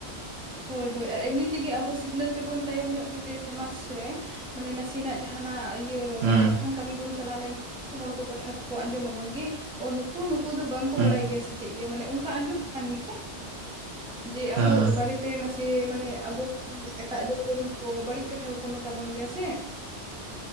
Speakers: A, in the centre; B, on the right (about 65°).
A: ᱦᱳᱭ ᱦᱳᱭ ᱟᱨ ᱮᱢᱱᱤ ᱛᱮ ᱜᱮ ᱟᱵᱚ ᱥᱤᱠᱷᱱᱟᱹᱛ ᱛᱮᱵᱚᱱ ᱛᱟᱭᱚᱢ ᱧᱚᱜ ᱜᱮ ᱛᱮ ᱥᱚᱢᱟᱡᱽ ᱨᱮ ᱢᱟᱱᱮ ᱱᱟᱥᱮᱱᱟᱜ, ᱡᱟᱦᱟᱱᱟᱜ ᱤᱭᱟᱹ
B: ᱦᱩᱸ
A: ᱞᱟᱯᱷᱟᱝ ᱠᱟᱹᱢᱤ ᱵᱚᱱ, ᱪᱟᱞᱟᱣ ᱞᱮᱱᱠᱷᱟᱱ ᱦᱚᱲ ᱠᱚ ᱠᱟᱛᱷᱟ ᱠᱚ ᱠᱚ ᱟᱸᱡᱚᱢ ᱟᱵᱚᱱ ᱜᱮ ᱱᱩᱠᱩ ᱱᱩᱠᱩ ᱫᱚ ᱵᱟᱝ ᱠᱚ
B: ᱦᱩᱸ
A: ᱵᱟᱲᱟᱭ ᱜᱮᱭᱟ ᱥᱮ, ᱪᱮᱫ ᱜᱮ ᱢᱟᱱᱮ ᱚᱱᱠᱟ ᱟᱸᱡᱚᱢ ᱟᱠᱟᱱ ᱜᱮ, ᱡᱮ
B: ᱦᱩᱸ
A: ᱟᱵᱚ ᱵᱟᱨᱮ ᱛᱮ ᱱᱟᱥᱮ, ᱢᱟᱱᱮ ᱟᱵᱚ <inaudible> ᱮᱴᱟᱜ ᱡᱟᱹᱛ ᱨᱮᱱ ᱠᱚ ᱵᱟᱹᱲᱤᱡ ᱠᱟᱛᱷᱟ ᱠᱚ ᱠᱚ ᱢᱮᱛᱟ ᱵᱚᱱ ᱜᱮᱭᱟ ᱥᱮ?